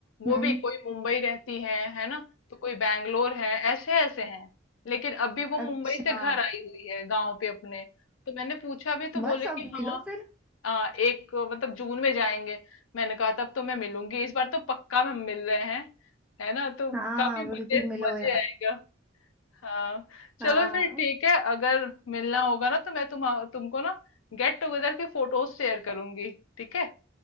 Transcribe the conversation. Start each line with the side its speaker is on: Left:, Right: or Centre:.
Left: वो
Centre: हम्म
Left: भी कोई मुंबई रहती है है ना तो कोई बैंगलोर है ऐसे ऐसे हैं लेकिन अभी वो
Centre: अच्छा
Left: मुंबई से घर आई हुई है गांव पे अपने तो मैंने पूछा भी तो बोले
Centre: बस अब
Left: कि हाँ
Centre: मिलो फिर
Left: आ, एक मतलब जून में जाएंगे मैंने कहा तब तो मैं मिलूंगी इस बार तो पक्का हम मिल रहे हैं है ना तो
Centre: हाँ
Left: काफी
Centre: बिल्कुल
Left: मजे
Centre: मिलो
Left: मजे
Centre: यार
Left: आएगा हाँ चलो
Centre: हाँ
Left: फिर ठीक है अगर मिलना होगा ना तो मैं तुम तुमको ना गेट टुगेदर की फोटोज शेयर करूंगी ठीक है